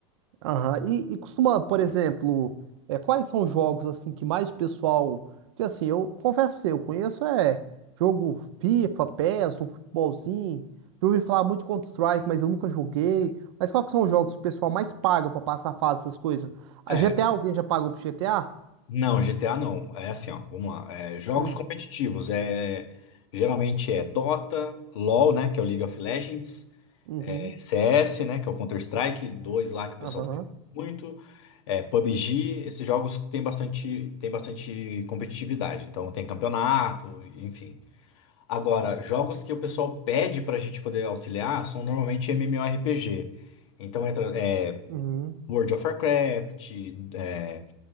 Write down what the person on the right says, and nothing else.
Aham. E, e costuma, por exemplo, é, quais são os jogos assim que mais pessoal. Porque assim, eu confesso pra você, eu conheço é jogo FIFA, PES, um futebolzinho. Eu ouvi falar muito de Counter-Strike, mas eu nunca joguei. Mas quais que são os jogos que o pessoal mais paga pra passar fase, essas coisas? A
GTA, alguém já pagou pro GTA?
Hum.
Uhum.
Aham.
Uhum.